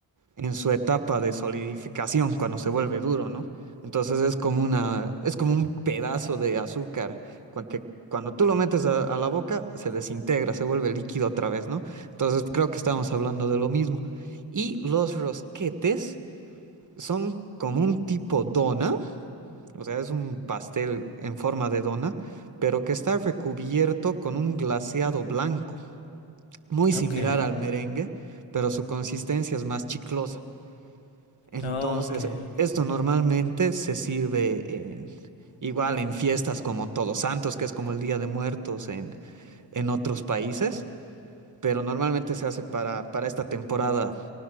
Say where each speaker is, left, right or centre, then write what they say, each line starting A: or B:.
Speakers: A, on the right; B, on the left.
A: en su etapa de solidificación cuando se vuelve duro, ¿no? Entonces es como una, es como un pedazo de azúcar cua- que cuando tú lo metes a, a la boca se desintegra, se vuelve líquido otra vez, ¿no? Entonces creo que estamos hablando de lo mismo. Y los rosquetes son como un tipo dona, o sea, es un pastel en forma de dona, pero que está recubierto con un glaseado blanco, muy similar
B: Ok.
A: al merengue, pero su consistencia es más chiclosa. Entonces,
B: Oh, ok, ok.
A: esto normalmente se sirve en- igual en fiestas como Todos Santos, que es como el Día de Muertos en, en otros países, pero normalmente se hace para, para esta temporada,